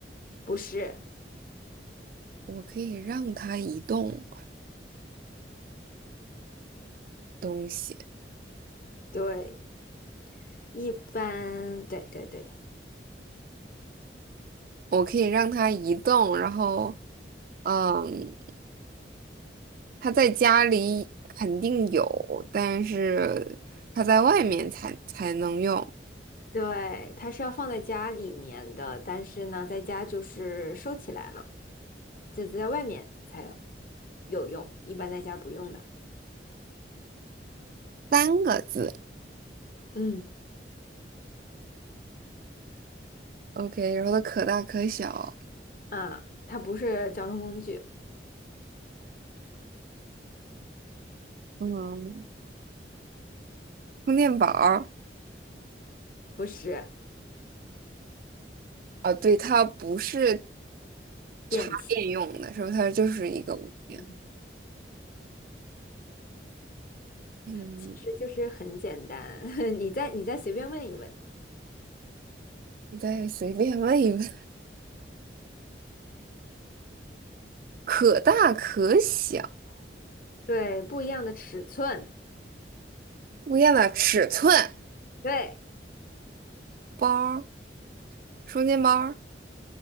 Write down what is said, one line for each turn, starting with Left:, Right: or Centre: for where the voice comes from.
Left: 不是，
Right: 我可以让它移动东西，
Left: 对，一般，对对对
Right: 我可以让它移动，然后，嗯，它在家里肯定有，但是它在外面才才能用。
Left: 对，它是要放在家里面的，但是呢，在家就是收起来了，就在外面才有用，一般在家不用的。
Right: 三个字
Left: 嗯
Right: ，OK，然后它可大可小，
Left: 啊，它不是交通工具，
Right: 嗯，充电宝儿，
Left: 不是
Right: 啊，对，它不是插电用的，
Left: 电器，
Right: 是吧？它就是一个物件。
Left: 嗯
Right: 嗯，
Left: 其实就是很简单，<laughs> 你再你再随便问一问，
Right: 我再随便问一问。可大可小，
Left: 对，不一样的尺寸，
Right: 不一样的尺寸，
Left: 对，
Right: 包儿，双肩包儿，